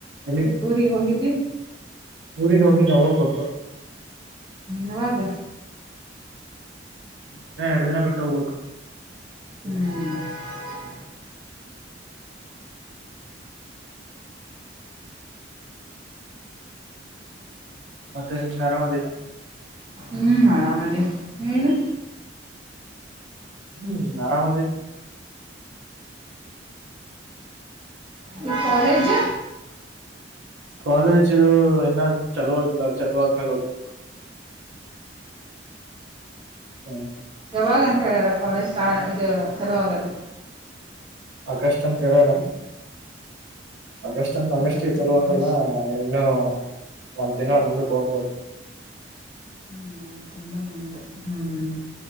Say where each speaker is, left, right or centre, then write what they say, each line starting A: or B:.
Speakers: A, on the right (about 75°); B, on the right (about 30°).
A: ಎಲ್ಲಿಗೆ.
B: ಊರಿಗೆ ಹೋಗಿದ್ದಿ.
A: ಊರಿಗೆ ಹೋಗಿಲ್ಲ ಹೋಗ್ಬೇಕು.
B: ಯಾವಾಗ.
A: ಇನ್ನ ಎರಡು ದಿನ ಬಿಟ್ಟು ಹೋಗ್ಬೇಕು.
B: ಹ್ಮ್
A: ಮತ್ತೆ ನಿನ್ ಆರಾಮದಿ.
B: ಹ್ಮ್ ಆರಾಮಾದಿನಿ ನೀನು.
A: ಹ್ಮ್ ಆರಾಮದಿ.
B: ಈ ಕಾಲೇಜ್.
A: ಕಾಲೇಜು ಇನ್ನ ಚಲೋಹಾಗಿಲ್ಲ ಚಲೋದ್ಮೇಲೆ ಹೋಗಬೇಕು. ಹ್ಮ್
B: ಯಾವಾಗ ಅಂತ ಹೇಳ್ಯಲ್ಲ ಕಾಲೇಜ್ ಇದು ಚಲೋವಾಗದು.
A: ಆಗಸ್ಟ್ ಅಂತ ಹೇಳಾರ. ಆಗಸ್ಟ್ ಅಂದ್ರೆ
B: ಹಾ
A: ಆಗಸ್ಟ್ಗೆ ಚಲೋಹಗಲ್ಲ
B: ಆಗಸ್ಟ್
A: ಇನ್ನುೂ ಒಂದ್ ತಿಂಗಳ
B: ಹ್ಮ್
A: ಮುಂದಕ್ಕೆ ಹೋಗ್ಬೋದು
B: ಹ್ಮ್ ಒಂದ್ ತಿಂಗಳು ಮುಂದು ಹ್ಮ್.